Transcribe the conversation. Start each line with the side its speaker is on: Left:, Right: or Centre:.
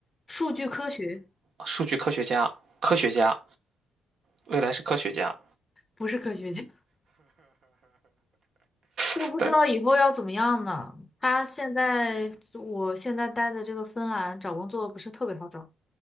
Left: 数据科学，
Right: 数据科学家、科学家，未来是科学家。
Left: 不是科学家，<laughs> 都不知道以后要怎么样呢。
Right: 但
Left: 他现在，我现在待的这个芬兰找工作不是特别好找。